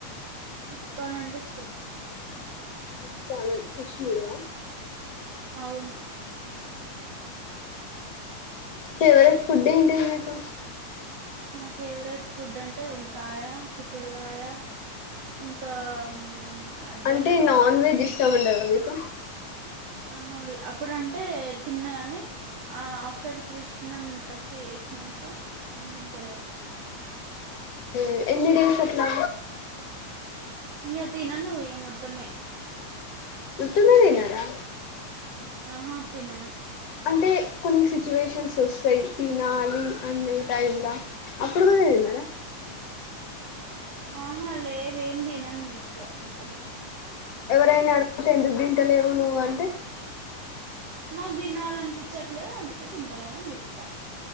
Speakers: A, on the right; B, on the left.
A: ఇస్కాన్ ఆంటే ఇష్టం.
B: ఇస్కాన్ కృష్ణుడు ఆ?
A: అవును
B: ఫేవరెట్ ఫుడ్ ఏంటిది మీకు?
A: నా ఫేవరెట్ ఫుడ్ అంటే వంకాయ, చిక్కుడుకాయ. ఇంకా మ్ అ దానికా
B: అంటే నాన్
A: దాని
B: వెజ్
A: ఏమంటారు?
B: ఇష్టం ఉండదా మీకు
A: ఆహ అవి అప్పుడంటే తిన్నగాని ఆ ఆఫ్టర్ క్రిష్ణన్ ట్రస్ట్ జేషినంక న్ తింటలేను.
B: ఎ ఎన్ని డేస్ అట్లా?
A: ఇహ తిననూ, ఇహ మొత్తమే.
B: మొత్తమే తినరా?
A: ఆహ తినను.
B: అంటే కొన్ని సిచ్యువేషన్స్ వస్తాయి తినాలి అనే టైమ్లా అప్పుడు కూడా తినరా?
A: ఆహా లేదు ఏం తినను నేను ఇగ మొత్తమే.
B: ఎవరైనా అడుగుతే ఎందుకు దింటలేవు నువ్వు అంటే.
A: నాకు దినాలనిపించట్లేదు అందుకే తింటలేన అని చెప్తా.